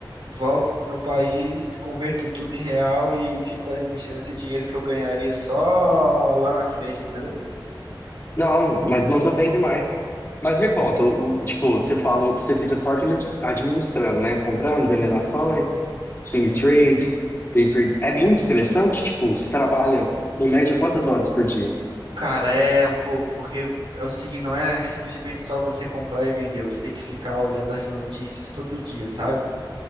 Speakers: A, on the right; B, on the left.
A: volto pro meu país, converto tudo em real e fico administrando esse dinheiro que eu ganharia só lá na frente, entendeu?
B: Não, mas mandou bem demais. Mas me conta,
A: Pois,
B: o, o- tipo, você falou que você fica só admi- administrando, né? Comprando, vendendo ações, swing
A: Sim.
B: trade, day trade. É muito estressante, tipo, você trabalha em média quantas horas por dia?
A: Cara, é um pouco, porque é o seguinte, não é simplesmente só você comprar e vender, você tem que ficar olhando as notícias todo dia, sabe?